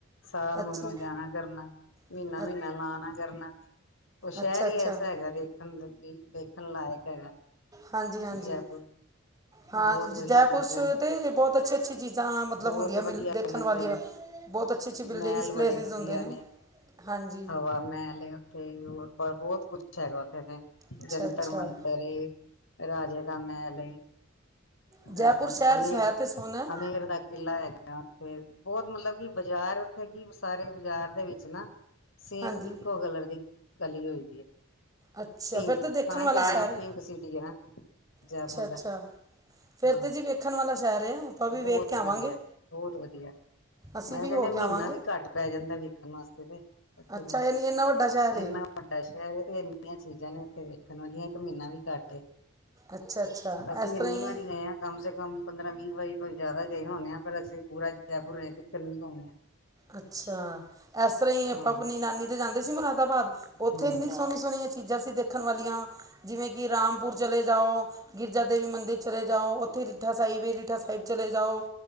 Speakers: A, on the left (about 70°); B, on the right (about 20°).
A: ਸਾਲ
B: ਅੱਛਾ
A: ਮਗਰੋਂ ਜਾਣਾ ਕਰਨਾ ਮਹੀਨਾ-ਮਹੀਨਾ
B: ਅ
A: ਲਾਣਾ ਕਰਨਾ ਉਹ ਸ਼ਹਿਰ
B: ਅੱਛਾ
A: ਹੀ
B: ਅੱਛਾ
A: ਐਸਾ ਹੈਗਾ ਦੇਖਣ ਦੇਖ ਣ ਲਾਇਕ ਹੈਗਾ
B: ਹਾਂਜੀ-ਹਾਂਜੀ
A: ਜੈਪੁਰ।
B: ਹਾਂ
A: ਬਹੁਤ
B: ਜੈਪੁਰ
A: ਵਧੀਆ ਚੀਜ਼ਾਂ
B: ਤੇ ਬਹੁਤ ਅ ਅੱਛੀ-ਅੱਛੀ ਚੀਜ਼ਾਂ ਮਤਲਬ
A: ਬਹੁਤ
B: ਹੁੰਦੀਆਂ
A: ਵਧੀਆ
B: ਮਿਲ ਦੇਖਣ
A: ਨੇ ਇੱਥੇ
B: ਵਾਲੀਆਂ ਆ ਬਹੁਤ ਅੱਛੀ-ਅੱਛੀ ਬਿਲਡਿੰਗ
A: ਮਹਿਲ
B: ਪਲੇਸਿਸ
A: ਬੜੇ ਵਧੀਆ
B: ਹੁੰਦੇ ਨੇ ਹਾਂਜੀ
A: ਹਵਾ ਮਹਿਲ ਉੱਥੇ ਬਹੁਤ ਕੁਛ ਹੈਗਾ ਉੱਥੇ ਤੇ
B: ਅੱਛਾ
A: ਜੰਤਰ
B: ਅੱਛਾ
A: ਮੰਤਰ ਰਾਜੇ ਦਾ ਮਹਿਲ ਹੈ
B: ਜੈਪੁਰ
A: ਅਹ
B: ਸ਼ਹਿਰ
A: ਅਮੇਰ-ਅਮੇਰ
B: ਹੈ ਤੇ ਸੋਹਣਾ
A: ਦਾ ਕਿਲਾ ਹੈਗਾ ਥੇ ਬਹੁਤ ਮਤਲਬ ਕਿ ਬਾਜ਼ਾਰ ਉੱਥੇ ਕਿ ਸਾਰੇ ਬਾਜ਼ਾਰ ਦੇ ਵਿੱਚ ਨਾ ਸੇਮ
B: ਹਾਂਜੀ
A: ਇੱਕੋ ਕਲਰ ਦੀ ਕਲੀ ਹੋਈ ਦੀ ਹੈ
B: ਅੱਛਾ
A: ਪਿੰਕ
B: ਫਿਰ ਤਾਂ
A: ਤਹਿ
B: ਦੇਖਣ ਵਾਲਾ
A: ਨਾਮ
B: ਸ਼ਹਿਰ
A: ਪਿੰਕ ਸਿਟੀ ਹੈ ਨਾ ਜੈਪੁਰ
B: ਅੱਛਾ ਅੱਛਾ
A: ਦਾ
B: ਫਿਰ
A: ਹਾਂ
B: ਤਾਂ ਜੀ ਵੇਖਣ ਵਾਲਾ ਸ਼ਹਿਰ ਹੈ ਆਪਾਂ ਵੀ
A: ਬਹੁਤ
B: ਵੇਖ ਕੇ ਆਵਾਂਗੇ
A: ਵਧੀਆ-ਬਹੁਤ ਵਧੀਆ
B: ਅਸੀਂ
A: ਮੈਂ
B: ਵੀ
A: ਕਿਹਾ
B: ਹੋ
A: ਕਹਿੰਦੀ
B: ਕੇ
A: ਮਹੀਨਾ
B: ਆਵਾਂਗੇ
A: ਵੀ ਘੱਟ ਪੈ ਜਾਂਦਾ ਵੇਖਣ ਵਾਸਤੇ ਤੇ ਇਥੇ
B: ਅੱਛਾ
A: ਦਾ
B: ਯਾਨੀ ਇੰਨਾ ਵੱਡਾ ਸ਼ਹਿਰ ਹੈ
A: ਇਨਾ ਵਡਾ ਸ਼ਹਿਰ ਤੇ ਏਨੀ ਚੀਜ਼ਾਂ ਨੇ ਉੱਥੇ ਦੇਖਣ ਵਾਲੀਆਂ ਇੱਕ ਮਹੀਨਾ ਵੀ ਘੱਟ
B: ਅੱਛਾ ਅੱਛਾ
A: ਅਸੀਂ
B: ਇਸ
A: ਇ
B: ਤਰ੍ਹਾਂ ਹੀ
A: ਕਮ ਸੇ ਕਮ ਪੰਦਰਾਂ ਵੀਹ ਵਾਰੀ ਕੋਈ ਜ਼ਿਆਦਾ ਦੇ ਹਣੇਦੇ ਆ ਪਰ ਅਸੀਂ ਪੂਰਾ ਜੈਪੁਰ ਦਿੱਕਰ ਨੀ ਘੁੰਮਿਆ
B: ਅੱਛਾ ਇਸ ਤਰ੍ਹਾਂ ਆਪਾਂ
A: ਹਾਂ,
B: ਆਪਣੀ ਨਾਨੀ ਤੇ ਜਾਂਦੇ ਸੀ ਮੁਰਾਦਾ ਅਮਦਾਬਾਦ ਉੱਥੇ
A: ਹਾਂ
B: ਇੰਨੀ ਸੋਹਣੀ ਸੋਹਣੀਆਂ ਚੀਜ਼ਾਂ ਸੀ ਦੇਖਣ ਵਾਲੀਆਂ ਜਿਵੇਂ ਕਿ ਰਾਮਪੁਰ ਚਲੇ ਜਾਓ ਗਿਰਜਾ ਦੇਵੀ ਮੰਦਿਰ ਚਲੇ ਜਾਓ ਉੱਥੇ ਸਾਹਿਬ ਰੀਠਾ ਸਾਹਿਬ ਚਲੇ ਜਾਓ